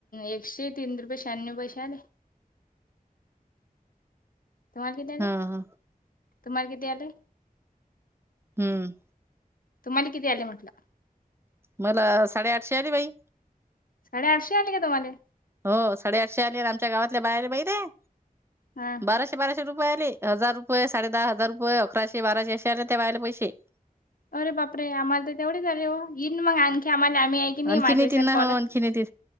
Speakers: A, on the left (about 70°); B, on the right (about 15°).
A: एकशे तीन रुपये शहाण्णव पैसे आले. तुम्हा किती आले,
B: हा हा
A: तुम्हाला किती आले.
B: हम्म!
A: तुम्हाला किती आले म्हटलं.
B: मला साडेआठशे आली बाई.
A: साडेआठशे आली का तुम्हाले‌.
B: हो साडेआठशे आली आमच्या गावातल्या बायाला माहित आहे.
A: हा.
B: बाराशे, बाराशे रुपये आले, हजार रुपये, साडे दहा हजार रुये, अकराशे, बाराशे आशिया आले त्या बायाला पैसे.
A: अरे बाप रे! आम्हाला तर तेवढे झाले हो येईन मग आणखी आम्हाला आम्ही की नाही
B: आणखीन
A: माझ्या
B: येतील
A: याच्यावर
B: ना
A: कॉल
B: हो आणखीन येतील